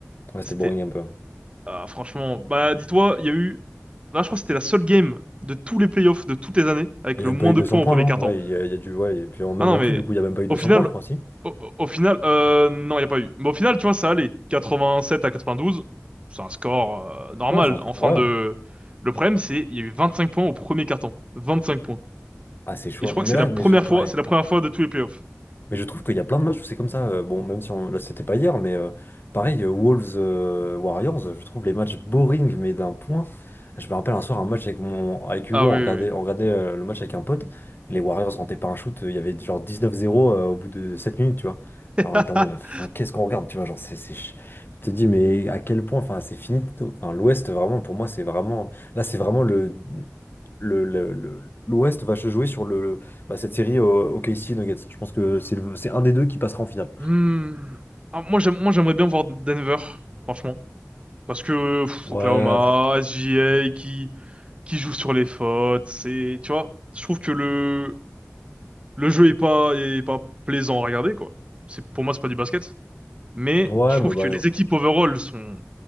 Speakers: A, on the left (about 40°); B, on the right (about 20°).
A: Ouais, c'était
B: c'était,
A: boring un peu.
B: ah, franchement, bah, dis-toi, il y a eu, là, je crois que c'était la seule game de tous les playoffs de toutes les années avec
A: Il
B: le
A: n'y a même
B: moins
A: pas eu 200
B: de points
A: points,
B: au premier
A: non?
B: quart temps.
A: Ouais, il y a, il y a du. Ouais, et puis en même
B: Ah non,
A: en
B: mais
A: tout, du coup, il n'y a même pas eu deux
B: au final,
A: cents points, je crois aussi.
B: au, au- au final, euh, non, il n'y a pas eu. Mais au final, tu vois, ça allait. 87 à 92, c'est un score euh, normal.
A: Non, je pense
B: En
A: que- Ouais.
B: fin de... Le problème, c'est il y a eu 25 points au premier carton. 25 points.
A: Ah, c'est chaud.
B: Et je crois
A: Non,
B: que
A: mais
B: c'est
A: là,
B: la première
A: mais je.
B: fois,
A: ouais.
B: c'est la première fois de tous les playoffs.
A: Mais je trouve qu'il y a plein de matchs où c'est comme ça. euh, Bon, même si on... là, c'était pas hier, mais euh, pareil, euh, Wolves euh, Warriors, euh, je trouve les matchs boring, mais d'un point. Je me rappelle un soir un match avec mon avec Hugo,
B: Ah
A: on
B: oui,
A: regardait,
B: oui,
A: on regardait euh, le match avec un pote. Les Warriors rentaient pas un shoot, euh, il y avait genre 19-0 euh, au bout de 7 minutes, tu vois.
B: oui.
A: Genre,
B: <laughs>
A: on était en mode, enfin, qu'est-ce qu'on regarde, tu vois, genre, c'est. c'est ch- Je te dis, mais à quel point, enfin, c'est fini. tôt. Enfin, l'Ouest, vraiment, pour moi, c'est vraiment. Là, c'est vraiment le. le, le- le- l'Ouest va se jouer sur le. Bah, cette série euh, OKC Nuggets, je pense que c'est le- c'est un des deux qui passera en finale.
B: Hmm. Ah, moi, j'aime- moi, j'aimerais bien voir Denver, franchement. Parce que pff,
A: Ouais,
B: Oklahoma,
A: pff,
B: SGA qui, qui joue sur les fautes, c'est, tu vois, je trouve que le, Le jeu est pas, est pas plaisant à regarder, quoi. C'est, pour moi, c'est pas du basket. Mais
A: ouais,
B: je trouve
A: mais bah,
B: que les
A: pff,
B: équipes overall sont